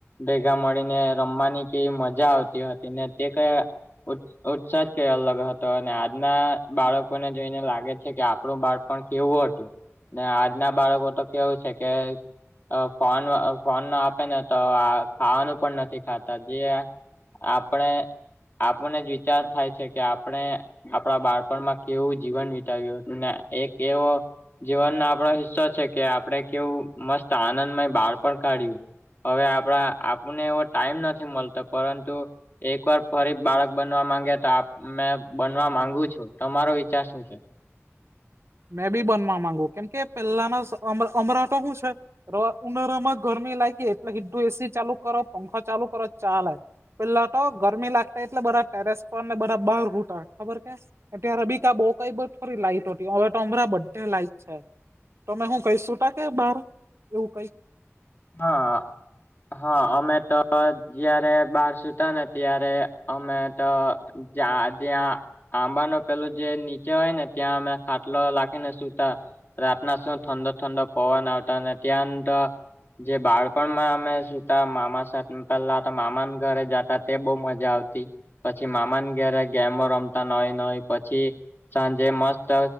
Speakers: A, on the left; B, on the right.
A: ભેગા મળીને રમવાની કેવી મજા આવતી હતી, નેતે કંઈ ઉ ઉત્સાજ કઈ અલગ હતો, અને આજના બાળકોને જોઈને લાગે છે, કે આપણું બાળપણ કેવું હતું. ને આજના બાળકો તો કેવું છે, કે અ ફોન અ ફોન ન આપે ને, તો આ ખાવાનું પણ નથી ખાતા, જે આપણે, આપનેજ વિચાર થાય છે. કે આપણે આપણા બાળપણમાં કેવું જીવન વિતાવ્યું હતું, ને એક એવો જીવનનો આપણો હિસ્સો છે, કે આપણે કેવું મસ્ત આનંદમય બાળપણ કાઢ્યું. હવે આપણા આપને એવો ટાઈમ નથી મળતો, પરંતુ એકવાર ફરી બાળક બનવા માંગે તો આપ, મે બનવા માંગુ છું, તમારો વિચાર શું છે?
B: મેં ભી બનવા માંગુ, કેમ કે પહેલાના સ અમરા અમરાટો શું છે રો ઉનાળામાં ગરમી લાઇગી, એટલે સીધું એસી ચાલુ કરો, પંખા ચાલુ કરો ચાલે. પેલા તો ગરમી લાગટી, એટલે બધા ટેરેસ પર, ને બધા બહાર સૂતા, ખબર કે. અત્યારે બી કા બો કંઈ બધ થોડી લાઈટ હો ટી, હવે તો અમરા બધે લાઈટ છે, તોમે હું કહી શુંતા કે બાર? એવું કંઈ,
A: હા હા, અમેતો જયારે બાર સુતાને, ત્યારે અમેતો જા જ્યાં આંબા નો પેલો જે નીચે હોય ને, ત્યાં અમે ખાટલો લાખીને સુતાં રાત નાશું ઠંંડો ઠંંડો પવન આવતો ને ત્યાં તો. જે બાળપણમાં અમે સુતા, મામા સાથે પેલા તો મામાનુ ઘરે જતા તે બહુ મજા આવતી. પછી મામાને ઘરે ગેમો રમતા નોઇ નોઇ પછી સાંજે મસ્ત